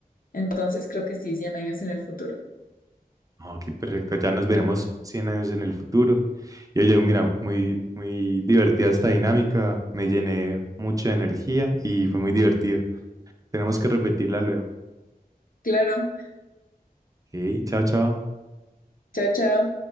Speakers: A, on the left (about 65°); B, on the right (about 20°).
A: Entonces creo que sí, 100 años en el futuro.
B: ok, perfecto. Ya nos veremos 100 años en el futuro. Y oye, mira, muy, muy divertida esta dinámica. Me llené mucha energía y fue muy divertido. Tenemos que repetirla luego.
A: Claro,
B: Ok, chao, chao.
A: chao, chao.